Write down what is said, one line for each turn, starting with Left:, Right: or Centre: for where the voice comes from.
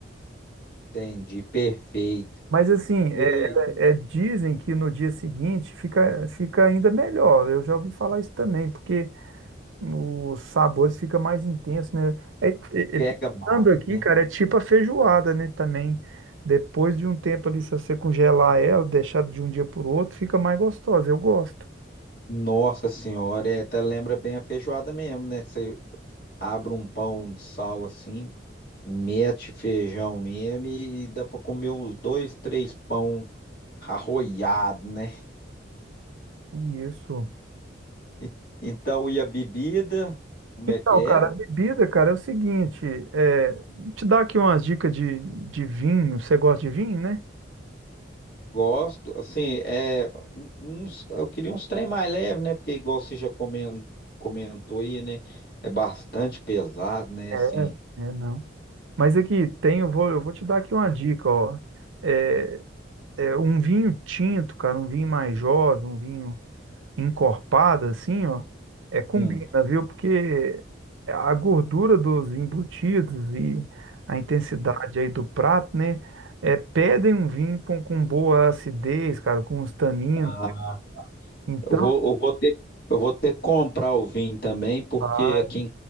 Left: Entendi, perfeito.
Right: Mas assim,
Left: Que
Right: é, é- é- dizem que no dia seguinte fica, fica ainda melhor. Eu já ouvi falar isso também, porque os sabores ficam mais intensos, né? É, é-
Left: pega
Right: é-
Left: mais,
Right: pensando aqui,
Left: né?
Right: cara, é tipo a feijoada, né? Também, depois de um tempo ali, se você congelar ela, deixar de um dia para o outro, fica mais gostosa. Eu gosto.
Left: Nossa senhora, é, até lembra bem a feijoada mesmo, né? Você abre um pão de sal assim, mete feijão mesmo e dá pra comer uns dois, três pão arroiado, né?
Right: Isso.
Left: E- Então, e a bebida, como
Right: Então,
Left: é que é?
Right: cara, a bebida, cara, é o seguinte, é, te dar aqui umas dicas de, de vinho. Você gosta de vinho, né?
Left: Gosto, assim, é um- uns, eu queria uns trem mais leve, né? Porque igual você já comen- comentou aí, né? É bastante pesado, né?
Right: É,
Left: Assim.
Right: é, não. Mas aqui tem, eu vou, eu vou te dar aqui uma dica, ó. É, é um vinho tinto, cara, um vinho mais jovem, um vinho encorpado, assim, ó, é combina,
Left: hum,
Right: viu? Porque a gordura dos embutidos e a intensidade aí do prato, né, é, pedem um vinho com, com boa acidez, cara, com os taninos.
Left: Ah,
Right: Então,
Left: Eu vou, eu vou ter, eu vou ter que comprar o vinho também, porque
Right: tá.
Left: aqui em,